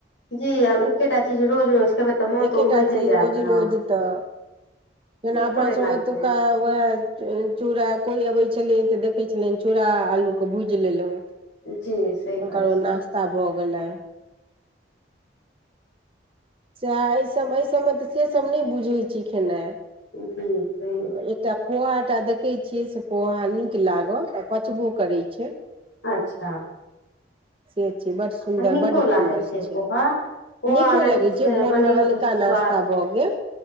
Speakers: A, on the left (about 85°); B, on the right (about 30°).
A: जी आब एकेटा चीज रोज रोज खेबै तऽ मोन
B: एके
A: तऽ उबजे
B: टा चीज़
A: जायत
B: रोजे
A: ने
B: रोज तऽ जेना
A: नीको
B: अपना
A: नहि
B: सँभ
A: लागतै
B: अतुका उएह चूड़ा कोइ अबै छलै तऽ देखै छलेन चूड़ा आलू के भूइज लेलहु हूनकर
A: जी सही बात
B: ओ नाश्ता भऽ गेलै सएह एहिसभ एहिसभ में तऽ सेसभ नहि बुझैत छी खेना
A: छै जी सही बात
B: एकटा पोहा टा देख देखै छियै से पोहा नीक लागत आ पचबो करै छै
A: अच्छा
B: से छै बड सुन्दर
A: आ नीको
B: बड
A: लागै
B: फेमस छै
A: पोहा पोहा
B: नीको
A: ओना नीक
B: लगै छै
A: से
B: भोर
A: बनैयौ
B: में हल्का
A: तऽ
B: नाास्ता
A: स्वाद हो
B: भऽ गेल